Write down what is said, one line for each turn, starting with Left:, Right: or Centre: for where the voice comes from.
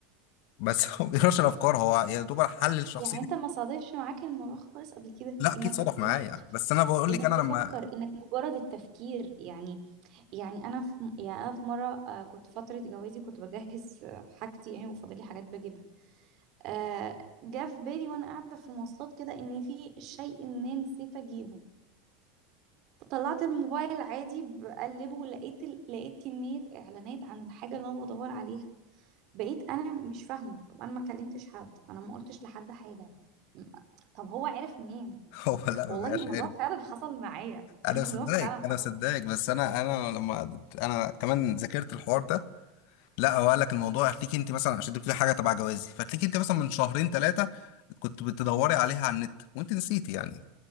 Left: <laughs> بس هو ما بيقراش الافكار هو يا دوب حلل شخصيتي
Right: يعني انت ما صادفش معاك الموضوع خالص قبل كده
Left: لا اكيد
Right: انك
Left: صدف معايا
Right: ت-
Left: بس انا بقول
Right: انك
Left: لك انا
Right: تفكر
Left: لما
Right: انك مجرد التفكير يعني يعني انا في يعني انا في مره آه، كنت فتره جوازي كنت بجهز آه، حاجتي يعني وفاضلي حاجات بجيبها آه، جه في بالي وانا قاعده في المواصلات كده ان في شيء ما نسيت اجيبه طلعت الموبايل عادي بقلبه ولقيت ال- لقيت كميه اعلانات عن الحاجه اللي انا بدور عليها بقيت انا مش فاهمه طب انا ما كلمتش حد انا ما قلتش لحد حاجه م- طب هو عرف منين
Left: <laughs> هو لا
Right: والله
Left: ما بيبقاش
Right: الموضوع
Left: عارف
Right: فعلا حصل معايا <laughs>
Left: انا
Right: الموضوع
Left: مصدقك
Right: فعلا حصل
Left: انا مصدقك
Right: معايا
Left: بس انا انا لما انا كمان ذاكرت الحوار ده لا هو قال لك الموضوع هتليك انت مثلا عشان انت بتقولي حاجه تبع جوازي فتليك انت مثلا من شهرين ثلاثه كنت بتدوري عليها على النت وانت نسيتي يعني